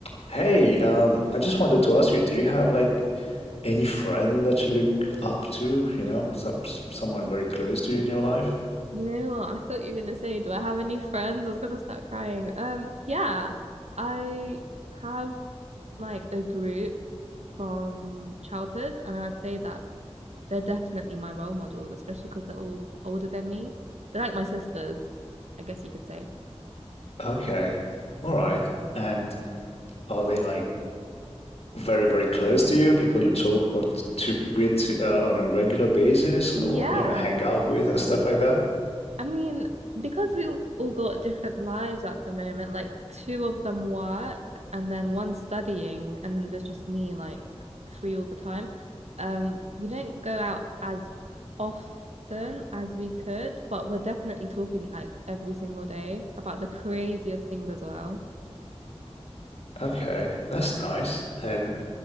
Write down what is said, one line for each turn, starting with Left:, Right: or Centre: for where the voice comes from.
Left: Hey, um, I just wanted to ask you, do you have like any friend that you look up to, you know, some s- someone very close to you in your life?
Right: You know what? I thought you were gonna say, do I have any friends? I was gonna start crying. Um, yeah, I have like a group from childhood, and I'd say that they're definitely my role models, especially because they're all older than me. They're like my sisters, I guess you could say.
Left: Okay. All right. And are they like very, very close to you, people you talk on to with uh, on a regular basis
Right: Yeah.
Left: or, you know, hang out with and stuff like that?
Right: I mean, because we've all got different lives at the moment, like two of them work and then one studying, and there's just me like free all the time. Um, we don't go out as often as we could, but we're definitely talking like every single day about the craziest things as well.
Left: Okay, that's nice. And